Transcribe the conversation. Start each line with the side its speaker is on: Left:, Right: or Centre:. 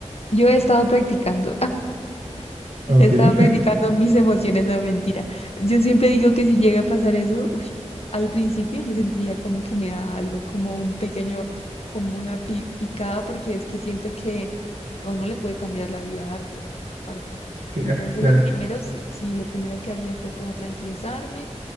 Left: Yo he estado practicando.
Right: Ok,
Left: He estado
Right: <laughs>
Left: practicando mis emociones, no mentira. Yo siempre digo que si llega a pasar eso, uy, al principio yo sentiría como que me da algo, como un pequeño, como una pi- picada, porque es que siento que a uno le puede cambiar la vida harto, harto.
Right: claro,
Left: Entonces
Right: claro,
Left: lo primero, sí, sí, lo primero que haría fue como tranquilizarme